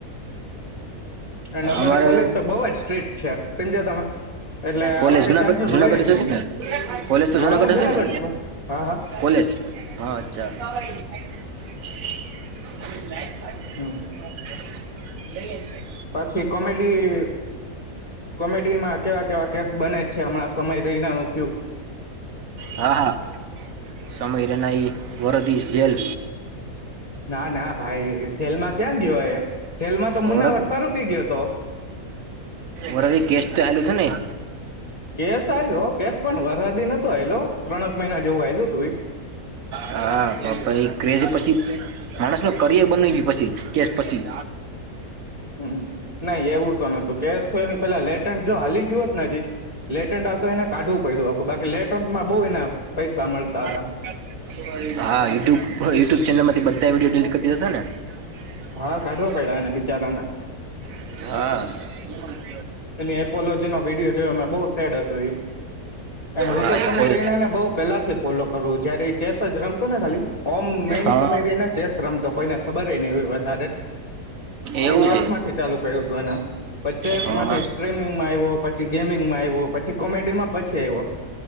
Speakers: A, on the left; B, on the right.
A: એન્ડ અમારી
B: અમારે
A: કોલેજ તો બહુ જ સ્ટ્રીટ છે, સમજો તમે, એટલે આવા
B: કોલેજ
A: કઈ
B: જુનાગઢ
A: ચાન્સીસ હોય
B: જુનાગઢ
A: જ નહી.
B: હશે કોલેજ તો
A: હા
B: જુનાગઢ
A: હું
B: હશે ને?
A: છું હા હા
B: કોલેજ? હા, અચ્છા. <unintelligible>
A: હમ.
B: હ. <unintelligible>
A: પછી કોમેડી-કોમેડીમાં કેવા-કેવા કેસ બને? હમણાં સમય લે ના આવું થયુ.
B: હા હા, સમય રેનાઈ વરદીશ જેલ.
A: ના, ના ભાઈ, જેલમાં ક્યાં ગયો એ? જેલમાં તો મુનાવટ
B: વરદ
A: પર રૂકી ગયો હતો.
B: વરાથી ગૅસ્ટ તો હાલું તો ને? <unintelligible>
A: કેશ આલો, કેશ પણ વરદી નહોતો. આલો ત્રણક મહિના જેવું આલું.
B: હા, પપ્પા એ ક્રેઝ પછી માણસ નુ કરિયર બનાવ્યા પછી કે પછી
A: હમ્મ, નહી એવું તો નતું કેશ થઈ ને પેલા લેટન્ટ જો હાલી ગયું હોતને હજી, લેટન્ટ આ તો એને કાઢવું પડ્યું આખું બાકી લેટન્ટ માં બઉ એના પૈસા મળતા હતા.
B: હા, યુટ્યુબ યુટ્યુબ ચેનલમાંથી બધું વિડીયો ડિલીટ
A: હા
B: કરી
A: કાઢવા પડ્યા
B: દીધા
A: એને બિચારાને
B: તા ને? હા.
A: એની એપોલોજી નો વિડીયો જોયો, મે બઉુ સેડ હતો. એન્ડ હું
B: હા
A: તો સમય
B: એ પોલ
A: રહીને ને બઉ પેલાથી ફોલો કરુ જયારે એ ચેસ જ રમતો ને ખાલી ઓમ મેન
B: હા
A: સમય રને ચેસ રમતો કોઈને ખબર ને એ વધારે.
B: એવું
A: એ ચેસ
B: છે
A: માંથી ચાલુ કર્યું હતું એને. ચેસ
B: હા
A: માંથી સ્ટ્રીમિંગમાં આયવો, પછી ગેમિંગમાં આયવો, પછી કોમેડીમાં પછી આયવો.